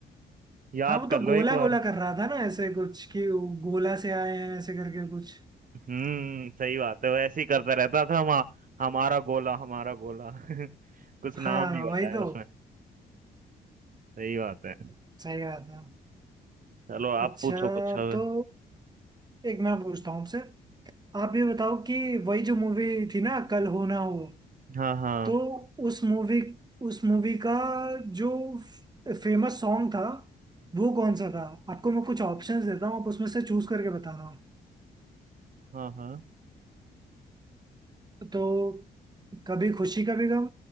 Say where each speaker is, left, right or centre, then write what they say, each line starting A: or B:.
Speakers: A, on the right; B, on the right.
A: याद
B: हाँ वो तो
A: कर
B: गोला
A: लो एक बार
B: गोला कर रहा था ना ऐसे कुछ कि वो गोला से आए हैं ऐसे करके कुछ
A: हम्म सही बात है वो ऐसे ही करता रहता था हम हमारा गोला हमारा गोला <laughs> कुछ नाम
B: हाँ
A: नहीं
B: वही
A: बताया
B: तो
A: उसमें सही बात है
B: सही बात है
A: चलो
B: अच्छा
A: आप पूछो कुछ अब
B: तो एक मैं पूछता हूँ आपसे आप ये बताओ कि वही जो मूवी थी ना कल हो ना हो
A: हाँ हाँ
B: तो उस मूवी उस मूवी का जो फेमस सॉन्ग था वो कौन सा था आपको मैं कुछ ऑप्शंस देता हूँ आप उसमें से चूज करके बताना
A: हाँ हाँ
B: तो कभी खुशी कभी गम